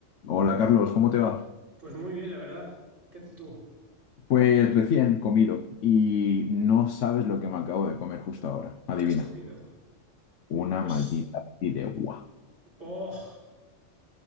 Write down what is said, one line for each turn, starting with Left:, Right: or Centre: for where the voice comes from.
Left: Hola Carlos, ¿cómo te va?
Right: Pues muy bien, la verdad. ¿Qué tal tú?
Left: Pues recién comido y no sabes lo que me acabo de comer justo ahora. Adivina,
Right: ¿Qué has comido?
Left: una
Right: Pues,
Left: maldita fideuá.
Right: oh,